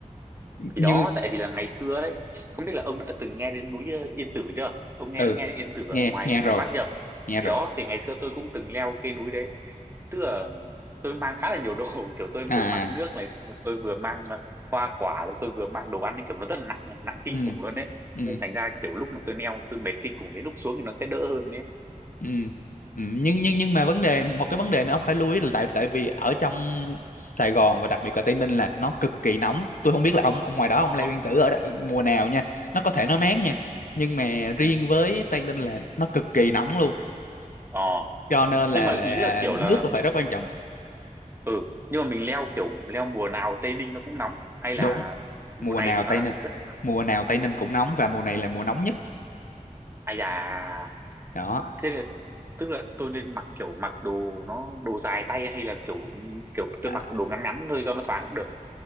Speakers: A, on the right; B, on the left.
A: thì
B: như
A: đó tại vì là ngày xưa ấy không biết là ông đã từng nghe đến núi ờ, Yên Tử chưa ông nghe
B: ừ
A: đã nghe đến Yên Tử ở
B: nghe
A: ngoài
B: nghe
A: ngoài
B: rồi
A: Bắc chưa
B: nghe
A: thì
B: rồi
A: đó thì ngày xưa tôi cũng từng leo cái núi đấy tức là tôi mang khá là nhiều đồ <laughs> kiểu tôi
B: à
A: vừa mang
B: à,
A: nước này xong rồi tôi vừa mang ờ, hoa quả này tôi vừa mang đồ ăn ấy, kiểu nó rất là nặng nhỉ, nặng kinh
B: ừ
A: khủng luôn đấy
B: ừ
A: nên thành ra kiểu lúc mà tôi leo tôi mệt kinh khủng đến lúc xuống thì nó sẽ đỡ hơn đấy
B: ừ Ừ, nhưng nhưng nhưng mà vấn đề một cái vấn đề nữa ông phải lưu ý là tại tại vì ở trong Sài Gòn và đặc biệt là Tây Ninh là nó cực kỳ nóng tôi không biết là ông ông ngoài đó ông
A: ờ
B: Lê Nguyên Tử ở đây, mùa nào nha nó có thể nó mát nha
A: ừ ừ
B: nhưng mà riêng
A: ừ
B: với Tây Ninh là nó cực kỳ nóng luôn
A: ờ
B: cho nên là
A: nhưng mà
B: là
A: ý là kiểu là
B: nước là
A: mình
B: phải rất quan trọng
A: ừ nhưng mà mình leo kiểu leo mùa nào Tây Ninh nó cũng nóng hay là
B: đúng mùa
A: mùa này
B: nào
A: thì nó
B: Tây
A: đang
B: Ninh
A: rất là nóng
B: mùa nào Tây Ninh cũng nóng và mùa này là mùa nóng nhất
A: ai da
B: đó
A: thế là, tức là tôi nên mặc kiểu mặc đồ nó đồ dài tay hay là kiểu kiểu tôi
B: à,
A: mặc đồ ngắn ngắn thôi cho nó thoáng cũng được